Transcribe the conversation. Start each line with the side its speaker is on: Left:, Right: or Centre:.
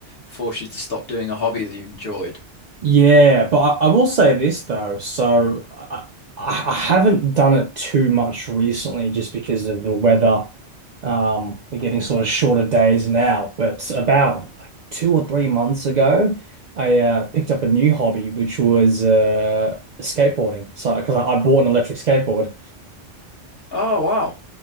Left: forced you to stop doing a hobby that you enjoyed.
Right: yeah, but I, I will say this though. So I, I I haven't done it too much recently just because of the weather. Um, we're getting sort of shorter days now, but about like two or three months ago, I uh, picked up a new hobby, which was uh, skateboarding. So because I, I bought an electric skateboard.
Left: Oh, wow.